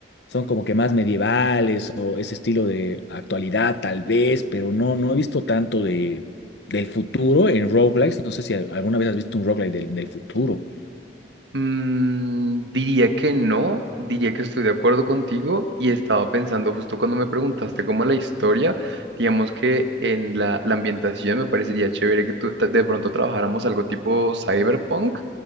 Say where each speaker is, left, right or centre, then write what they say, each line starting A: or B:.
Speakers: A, on the left (about 70°); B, on the right (about 75°).
A: son como que más medievales o ese estilo de actualidad tal vez, pero no, no he visto tanto de, del futuro en roguelikes. No sé si al- alguna vez has visto un roguelike del, del futuro.
B: Mm, diría que no, diría que estoy de acuerdo contigo y estaba pensando justo cuando me preguntaste como la historia, digamos que en la, la ambientación me parecería chévere que tú, de pronto trabajáramos algo tipo cyberpunk,